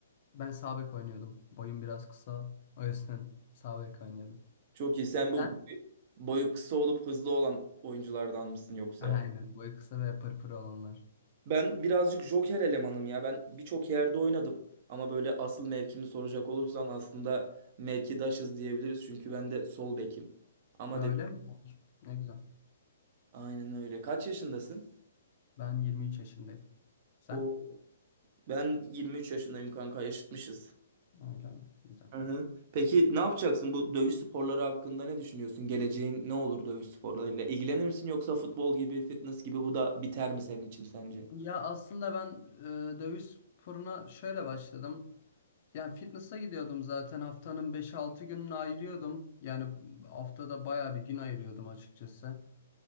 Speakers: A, on the left; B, on the right.
A: Ben sağ bek oynuyordum. Boyum biraz kısa. O yüzden sağ bek oynuyordum.
B: Çok iyi. Sen bu
A: Sen?
B: boyu kısa olup hızlı olan oyunculardan mısın yoksa?
A: Aynen boyu kısa ve pırpır olanlar.
B: Ben birazcık joker elemanım ya. Ben birçok yerde oynadım. Ama böyle asıl mevkimi soracak olursan aslında mevkidaşız diyebiliriz. Çünkü ben de sol bekim. Ama
A: Aa,
B: dedi
A: Öyle mi? Ne güzel.
B: aynen öyle. Kaç yaşındasın?
A: Ben 23 yaşındayım. Sen?
B: O ben 23 yaşındayım kanka yaşıtmışız.
A: Öyle mi? Güzel.
B: Hı hı. Peki ne yapacaksın? Bu dövüş sporları hakkında ne düşünüyorsun? Geleceğin ne olur dövüş sporlarıyla? İlgilenir misin yoksa futbol gibi, fitness gibi bu da biter mi senin için sence?
A: Ya aslında ben e, dövüş sporuna şöyle başladım. Yani fitness'a gidiyordum zaten haftanın beş altı gününü ayırıyordum. Yani haftada bayağı bir gün ayırıyordum açıkçası.